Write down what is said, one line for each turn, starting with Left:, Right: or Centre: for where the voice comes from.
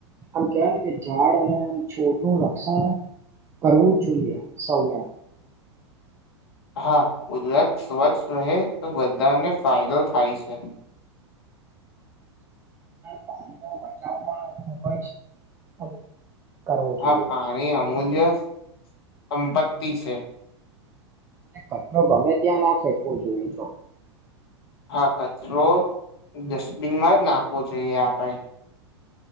Right: આમ કેવાય ને કે ઝાડ અને છોડનું રક્ષણ કરવું જોઈએ સવે
Left: હા કુદરત સ્વચ્છ રહે તો બધાને ફાયદો થાય છે.
Right: પાણી નો બચાવ પણ કરવો જોઈએ
Left: હા પાણી અમૂલ્ય સંપત્તિ છે.
Right: અને કચરો ગમે ત્યાં ના ફેકવો જોઈએ જો
Left: હા કચરો ડસ્ટબિનમાં જ નાખવો જોઈએ આપણે.